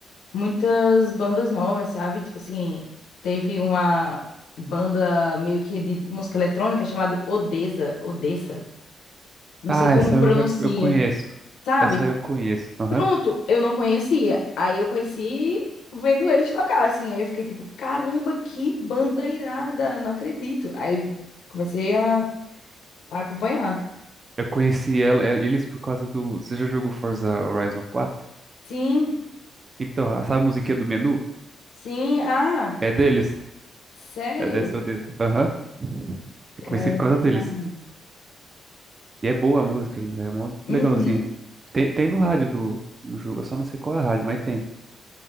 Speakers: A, on the left; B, on the right.
A: muitas bandas novas, sabe? Tipo assim, teve uma banda meio que de música eletrônica chamada Odessa, Odessa. Não
B: Ah,
A: sei como
B: essa
A: pronuncia.
B: eu já eu conheço.
A: Sabe?
B: Essa eu conheço. Aham.
A: Pronto, eu não conhecia. Aí eu conheci vendo eles tocar, assim. Aí eu fiquei tipo, caramba, que banda irada, não acredito. Aí comecei a, a acompanhar.
B: Eu conheci ela, eh, eles por causa do. Você já jogou Forza Horizon 4?
A: Sim,
B: Então, essa musiquinha do menu
A: sim, ah,
B: é deles.
A: sério?
B: É dessa, dessa. Aham. Eu
A: Caramba,
B: conheci por
A: muito
B: causa deles.
A: bom.
B: E é boa a música ainda, é mó
A: Uhum.
B: legalzinha. Tem, tem no rádio do no jogo, eu só não sei qual é a rádio, mas tem.